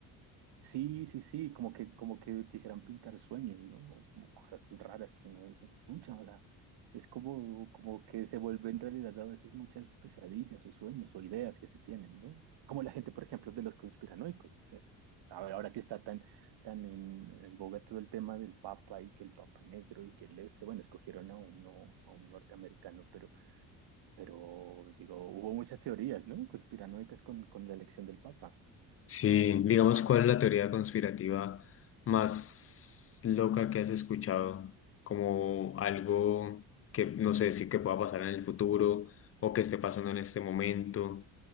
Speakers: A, on the right; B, on the left.
A: Sí, sí, sí, como que, como que quisieran pintar sueños, ¿no? O Como cosas raras que uno dice, pucha, o sea, es como, como que se vuelven en realidad a veces muchas pesadillas o sueños o ideas que se tienen, ¿no? Como la gente, por ejemplo, de los conspiranoicos, no sé. A ver, ahora que está tan, tan en, en boga todo el tema del Papa y que el Papa negro y que el este, bueno, escogieron a uno, a un norteamericano, pero, pero digo, hubo muchas teorías, ¿no? Conspiranoicas con, con la elección del Papa.
B: Sí, digamos, ¿cuál es la teoría conspirativa más loca que has escuchado? Como algo que no sé si que pueda pasar en el futuro o que esté pasando en este momento,